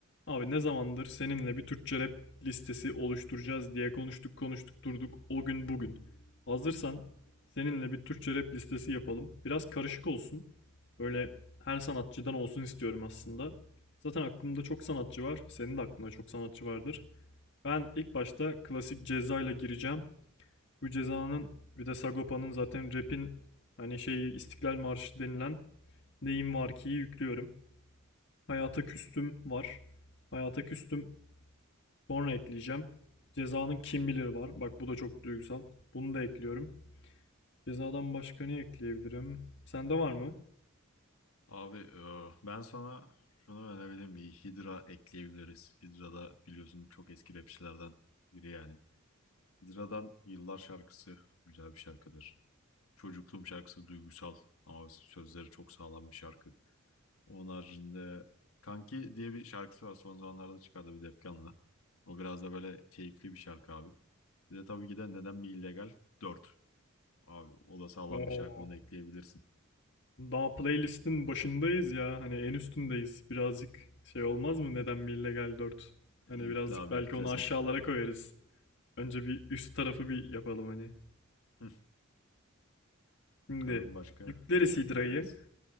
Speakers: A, on the left; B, on the left.
A: Abi ne zamandır seninle bir Türkçe rap listesi oluşturacağız diye konuştuk konuştuk durduk o gün bugün. Hazırsan seninle bir Türkçe rap listesi yapalım. Biraz karışık olsun. Böyle her sanatçıdan olsun istiyorum aslında. Zaten aklımda çok sanatçı var. Senin de aklında çok sanatçı vardır. Ben ilk başta klasik Ceza ile gireceğim. Bu Ceza'nın bir de Sagopa'nın zaten rap'in hani şey İstiklal Marşı denilen Neyim Var Ki'yi yüklüyorum. Hayata Küstüm var. Hayata Küstüm Sonra ekleyeceğim. Cezanın kim bilir var. Bak bu da çok duygusal. Bunu da ekliyorum. Cezadan başka ne ekleyebilirim? Sende var mı?
B: Abi e, ben sana şunu önerebilirim. Bir Hydra ekleyebiliriz. Hydra da biliyorsun çok eski rapçilerden biri yani. Hydra'dan Yıllar şarkısı güzel bir şarkıdır. Çocukluğum şarkısı duygusal ama sözleri çok sağlam bir şarkı. Onun haricinde Kanki diye bir şarkısı var. Son zamanlarda çıkardı bir Defkan'la. O biraz da böyle keyifli bir şarkı abi. Bir de tabii ki de Neden Mi illegal 4. Abi o da sağlam
A: Oo.
B: bir şarkı onu ekleyebilirsin.
A: Daha playlistin başındayız ya. Hani en üstündeyiz. Birazcık şey olmaz mı? Neden mi illegal 4? Hani
B: Yükle
A: birazcık
B: abi
A: belki
B: yükle
A: onu
B: sen.
A: aşağılara koyarız. Önce bir üst tarafı bir yapalım hani.
B: <laughs> Bakalım
A: Şimdi
B: başka
A: yükleriz
B: ne ekleyebiliriz?
A: Hydra'yı.